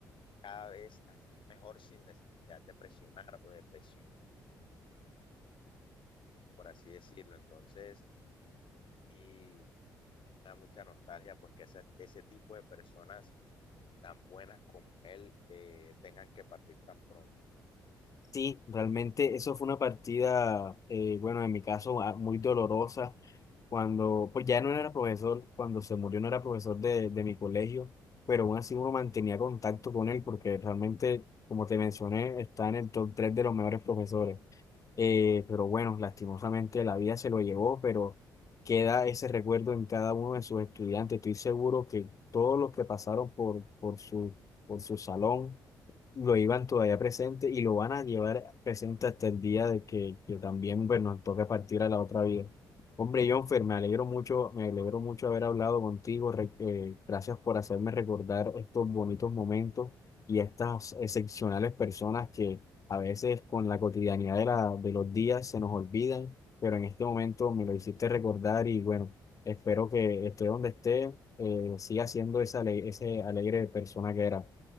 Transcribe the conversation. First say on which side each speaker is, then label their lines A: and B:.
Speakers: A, on the left; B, on the left.
A: cada vez a ser mejor sin necesidad de presionar o de presionar, por así decirlo. Entonces, y da mucha nostalgia pues que ese, ese tipo de personas tan buenas como él eh, tengan que partir tan pronto.
B: Sí, realmente eso fue una partida, eh, bueno, en mi caso ah, muy dolorosa, cuando, pues ya no era profesor, cuando se murió no era profesor de, de mi colegio, pero aún así uno mantenía contacto con él porque realmente, como te mencioné, está en el top 3 de los mejores profesores. Eh, pero bueno, lastimosamente la vida se lo llevó, pero queda ese recuerdo en cada uno de sus estudiantes. Estoy seguro que todos los que pasaron por, por su, por su salón lo iban todavía presente y lo van a llevar presente hasta el día de que, que también pues, nos toque partir a la otra vida. Hombre, Jonfer, me alegro mucho, me alegro mucho haber hablado contigo. Re- eh, gracias por hacerme recordar estos bonitos momentos y estas excepcionales personas que a veces con la cotidianidad de, la, de los días se nos olvidan, pero en este momento me lo hiciste recordar y bueno, espero que esté donde esté, eh, siga siendo esa ale- ese alegre persona que era.